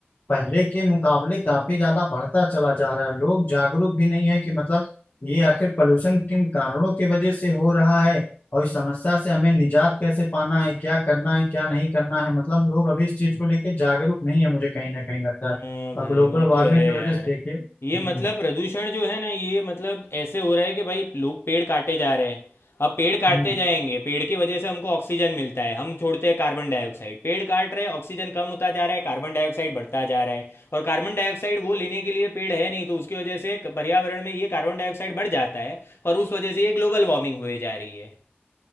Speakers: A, on the left; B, on the left.
A: पहले के मुकाबले काफी ज्यादा बढ़ता चला जा रहा है लोग जागरूक भी नहीं है कि मतलब ये आखिर पॉल्यूशन किन कारणों की वजह से हो रहा है और इस समस्या से हमें निजात कैसे पाना है क्या करना है क्या नहीं करना है मतलब लोग अभी इस चीज को लेके जागरूक नहीं है मुझे कहीं ना कहीं लगता
B: हाँ
A: है
B: भाई
A: और ग्लोबल
B: वो
A: वार्मिंग
B: तो है
A: की
B: यार
A: वजह से देखिए हम्म
B: ये मतलब प्रदूषण जो है ना ये मतलब ऐसे हो रहा है कि भाई लोग पेड़ काटे जा रहे हैं अब पेड़ काटते
A: हम्म
B: जाएंगे पेड़ की वजह से हमको ऑक्सीजन मिलता है हम छोड़ते हैं कार्बन डाइऑक्साइड पेड़ काट रहे हैं ऑक्सीजन कम होता जा रहा है कार्बन डाइऑक्साइड बढ़ता जा रहा है और कार्बन डाइऑक्साइड वो लेने के लिए पेड़ है नहीं तो उसकी वजह से क- पर्यावरण में ये कार्बन डाइऑक्साइड बढ़ जाता है और उस वजह से ये ग्लोबल वार्मिंग हुए जा रही है